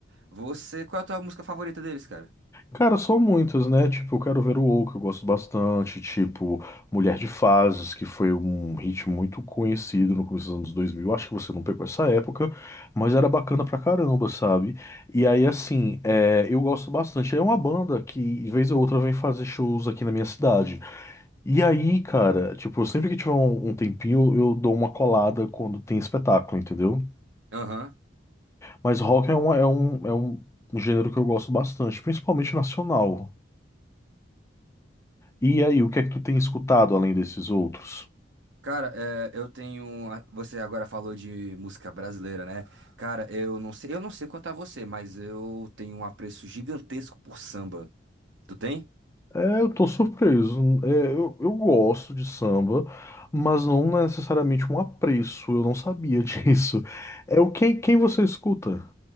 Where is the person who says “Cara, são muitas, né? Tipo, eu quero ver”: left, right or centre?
Left